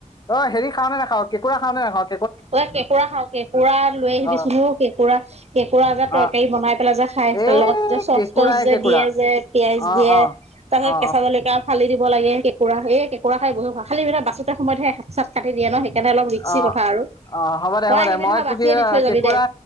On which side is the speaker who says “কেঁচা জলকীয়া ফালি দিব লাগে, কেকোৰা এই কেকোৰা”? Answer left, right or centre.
Right